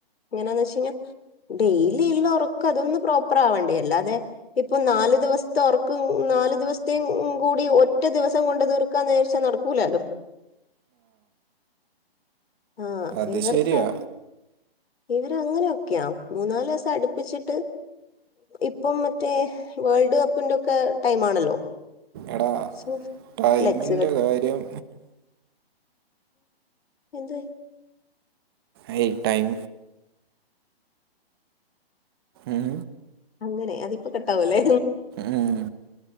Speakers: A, on the left; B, on the right.
A: എങ്ങനാന്ന് വെച്ച കാ ഡെയിലി ഉള്ള ഉറക്ക അതൊന്നും പ്രോപ്പർ ആവണ്ടേ അല്ലാതെ ഇപ്പൊ നാല് ദിവസത്തെ ഉറക്ക് നാല് ദിവസത്തേ കൂടി ഒറ്റ ദിവസം കൊണ്ട് തീർക്കാൻ നേർച്ച നടക്കൂലാലോ ആഹ
B: അത്
A: ഇവർക്കാ
B: ശരിയാ
A: ഇവരങ്ങനെൊക്കെയാ മൂന്നാാലല് ദിവസം അടുപ്പിച്ചിട്ട് ഇപ്പം മറ്റേ വേൾഡ് കപ്പിന്റെൊക്കെ ടൈം ആണല്ലോ
B: എടാ
A: സോ
B: ടൈമിന്റെ
A: ഫ്ലെക്സ് കെട്ട്
B: കാര്യം
A: എന്ത്
B: എ ടൈം ഉം
A: അങ്ങനെ അതിപ്പോ കെട്ടാവല്ലേ
B: ഉം.